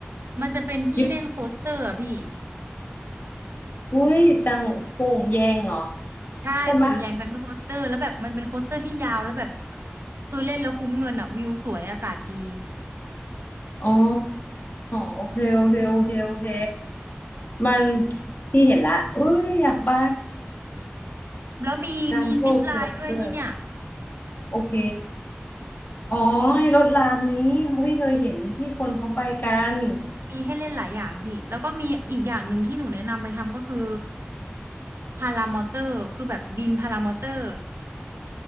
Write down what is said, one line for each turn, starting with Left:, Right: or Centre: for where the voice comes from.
Right: มันจะเป็นที่เล่นโคสเตอร์อะพี่
Left: อยู่อุ้ยจังโป่งแยงเหรอ
Right: ใช่โป่งแยงจังเกิลโคสเตอร์แล้วแบบมันเป็นโคสเตอร์ที่ยาวแล้วแบบ
Left: ใช่ไหมะ
Right: คือเล่นแล้วคุ้มเงินอะวิวสวยอากาศดี
Left: อ๋อโอเคโอเคโอเคโอเคมันพี่เห็นละอุ้ยอยากไป
Right: แล้วมีมีซิปไลน์ด้วยที่เนี่ย
Left: จังเกิลครอสเตอร์โอเคอ๋อไอ้รถรางนี้พี่เคยเห็นที่คนเขาไปกัน
Right: มีให้เล่นหลายอย่างพี่แล้วก็มีอีกอย่างหนึ่งที่หนูแนะนำไปทำก็คือ พารามอเตอร์คือแบบบินพารามอเตอร์